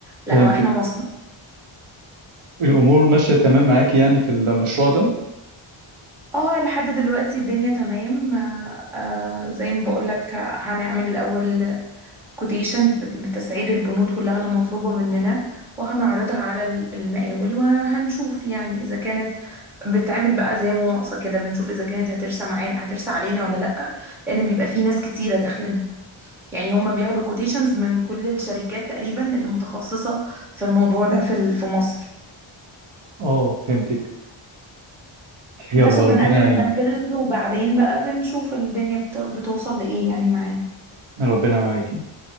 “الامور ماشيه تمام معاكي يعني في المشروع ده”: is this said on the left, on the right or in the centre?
Right